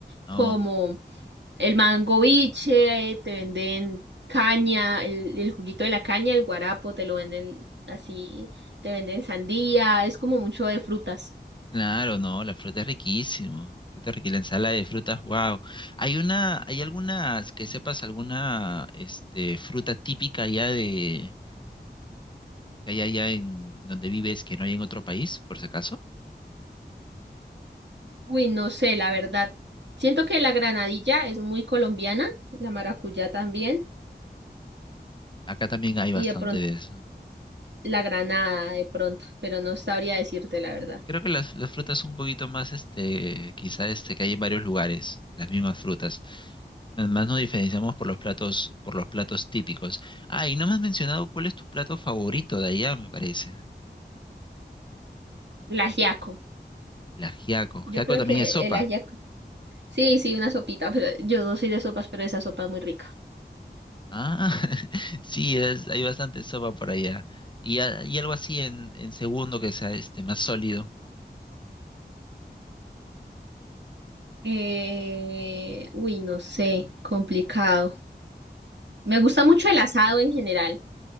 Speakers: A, on the left (about 25°); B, on the right (about 80°).
A: Oh,
B: como el mango biche, te venden caña, el, el juguito de la caña, el guarapo, te lo venden así, te venden sandía, es como mucho de frutas.
A: claro, no, la fruta es riquísimo. La fruta es riquísima, la ensalada de frutas, wow. Hay una, hay algunas que sepas alguna este, fruta típica allá de, que hay allá en donde vives que no hay en otro país, por si acaso.
B: Uy, no sé, la verdad. Siento que la granadilla es muy colombiana, la maracuyá también.
A: Acá también hay bastante
B: Y de pronto
A: de eso.
B: la granada de pronto, pero no sabría decirte la verdad.
A: Creo que las, las frutas son un poquito más, este, quizá este, que hay en varios lugares, las mismas frutas. Más más nos diferenciamos por los platos, por los platos típicos. Ah, y no me has mencionado cuál es tu plato favorito de allá, me parece.
B: El ajiaco.
A: El ajiaco.
B: Yo
A: Ajiaco
B: creo
A: también
B: que
A: es sopa.
B: el ajiaco. Sí, sí, una sopita, pero yo no soy de sopas, pero esa sopa es muy rica.
A: Ah, <laughs> sí, es- hay bastante sopa por allá. Y, a- y algo así en, en segundo que sea este, más sólido.
B: Eh, uy, no sé, complicado. Me gusta mucho el asado en general.